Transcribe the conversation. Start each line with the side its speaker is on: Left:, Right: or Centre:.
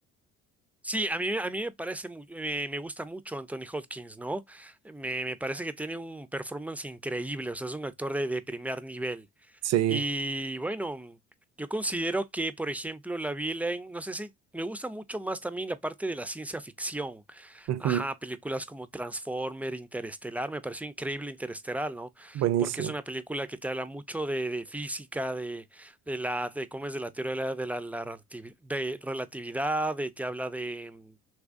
Centre: Sí, a mí, a mí me parece, mu- me, me gusta mucho Anthony Hopkins, ¿no? Me, me parece que tiene un performance increíble, o sea, es un actor de, de primer nivel.
Right: Sí,
Centre: Y bueno, yo considero que, por ejemplo, la vi en, no sé si me gusta mucho más también la parte de la ciencia ficción.
Right: ujú,
Centre: Ajá, películas como Transformer, Interestelar, me pareció increíble Interestelar, ¿no?
Right: buenísimo.
Centre: Porque es una película que te habla mucho de, de física, de, de la, de cómo es de la teoría de la, de la- la relativi- de relatividad, de- te habla de mm,